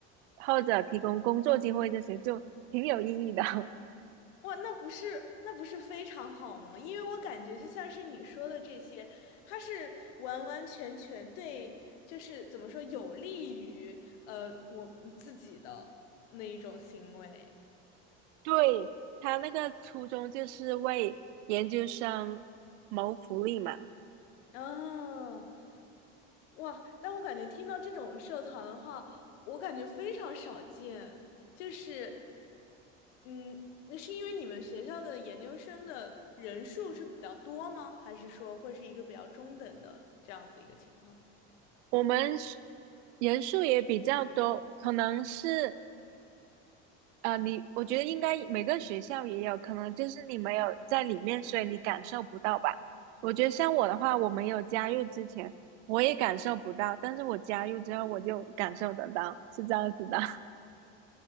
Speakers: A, on the right (about 80°); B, on the left (about 80°).
A: 或者提供工作机会这些，就挺有意义的。<laughs>
B: 哇，那不是那不是非常好吗？因为我感觉就像是你说的这些，它是完完全全对，就是怎么说，有利于呃我嗯自己的那一种行为。
A: 对，他那个初衷就是为研究生谋福利嘛。
B: 哦，哇！但我感觉听到这种社团的话，我感觉非常少见。就是，嗯，那是因为你们学校的研究生的人数是比较多吗？还是说会是一个比较中等的这样子一个情况？
A: 我们是人数也比较多，可能是呃，你我觉得应该每个学校也有，可能就是你没有在里面，所以你感受不到吧。我觉得像我的话，我没有加入之前，我也感受不到，但是我加入之后，我就感受得到，是这样子的。